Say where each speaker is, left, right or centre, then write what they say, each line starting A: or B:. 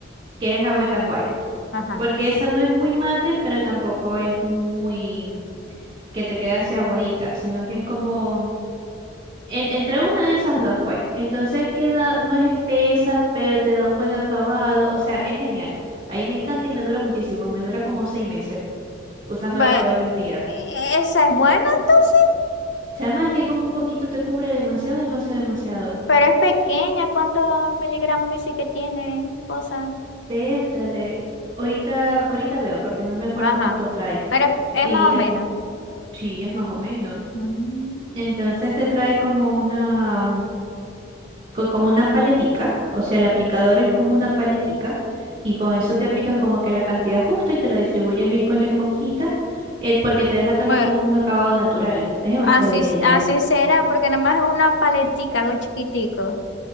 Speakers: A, on the right; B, on the left.
A: que es la Wet n Wild.
B: ajá.
A: Porque esa no es muy mate, pero tampoco es muy que te quede así aguadita, sino que es como En- entre una de esas dos, pues. Entonces queda, no es espesa, pero te da un buen acabado. O sea, es genial. A mí me encanta y me dura muchísimo. Me dura como seis meses usándola
B: Ba-
A: todos los días.
B: e- esa es buena entonces,
A: Chama, es que con un poquito te cubre demasiado, demasiado, demasiado.
B: pero es pequeña. ¿Cuántos miligramos dice que tiene? Cosa.
A: Pértale. Ahorita, ahorita veo, porque no me acuerdo
B: Ajá.
A: cuánto trae.
B: Pero es, es
A: Y
B: más
A: te,
B: o menos.
A: sí, es más o menos.
B: Mm.
A: Entonces te trae como una. co- como una paletica, o sea, el aplicador es como una paletica y con eso te aplicas como que la cantidad justa y te la distribuyes bien con la esponjita, eh, porque te deja también
B: Bueno,
A: con un acabado natural. Es demasiado
B: así,
A: bella.
B: s- así será, porque nada más es una paletica, algo chiquitico.